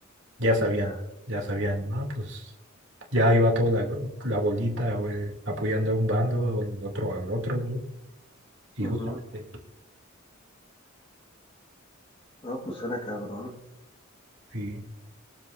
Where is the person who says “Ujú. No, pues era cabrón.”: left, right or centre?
Left